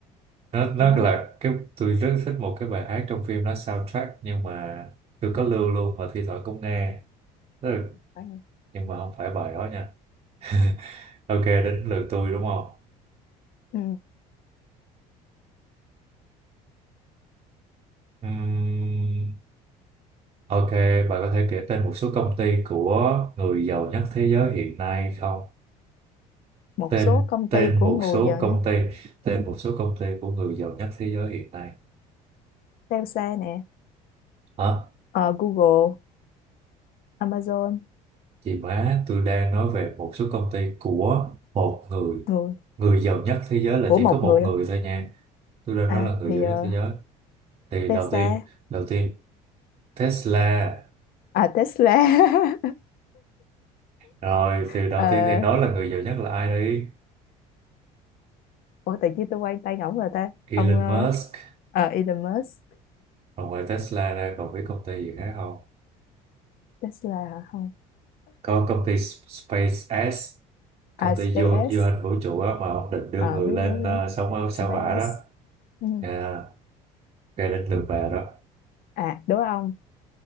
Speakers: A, on the right; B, on the left.
A: nó nó
B: cá
A: là cái tôi rất thích một cái bài hát trong phim nó soundtrack nhưng mà tôi có lưu luôn và thi thoảng cũng nghe Tức là-
B: phải không?
A: nhưng mà không phải bài đó nha <laughs> ok đến lượt tôi đúng không
B: ừ.
A: Ừm, ok bạn có thể kể tên một số công ty của người giàu nhất thế giới hiện nay không
B: một
A: tên
B: số công
A: tên
B: ty của
A: một
B: người
A: số
B: giàu
A: công
B: nhé
A: ty tên một số công ty của người giàu nhất thế giới hiện nay
B: Telsa nè
A: hả
B: ờ, Google Amazon
A: Chị má, tôi đang nói về một số công ty của một người.
B: người
A: Người giàu nhất thế giới là
B: của
A: chỉ
B: một
A: có một
B: người thôi.
A: người thôi nha. Tôi đang
B: à
A: nói là người
B: thì
A: giàu
B: ờ,
A: nhất thế giới. Thì
B: Tesla
A: đầu tiên, đầu tiên Tesla.
B: à Tesla <laughs>
A: Rồi, thì đầu
B: Ờ,
A: tiên thì nói là người giàu nhất là ai đi?
B: ủa tự nhiên tôi quay tay ngỗng rồi ta
A: Elon
B: ông ờ,
A: Musk.
B: ờ, Elon Musk
A: Rồi ngoài Tesla ra còn biết công ty gì khác không?
B: Tesla hả? không
A: Có công ty SpaceX, công
B: à
A: ty
B: SpaceX
A: du, du hành vũ trụ á, mà ông định đưa
B: ờ
A: người
B: biết
A: lên
B: biết
A: ờ,
B: biết
A: sống ở sao
B: SpaceX
A: hỏa đó.
B: ừ.
A: Nha, Cái đến lượt bà đó.
B: à đúng không